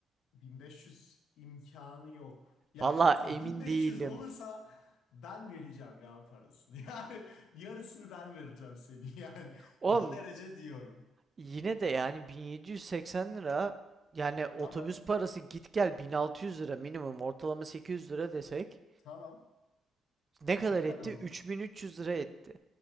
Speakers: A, on the left; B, on the right.
A: 1500 imkanı yok. Ya
B: Valla
A: hatta
B: emin
A: 1500
B: değilim.
A: olursa ben vereceğim ya parasını. <laughs> Yani yarısını ben vereceğim seni. <laughs> Yani
B: Oğlum
A: o derece diyorum.
B: yine de yani bin yedi yüz seksen lira yani otobüs
A: Tamam.
B: parası git gel 1600 lira minimum ortalama 800 lira desek
A: Tamam.
B: Ne kadar
A: Ne
B: etti?
A: kadar oluyor?
B: 3300 lira etti.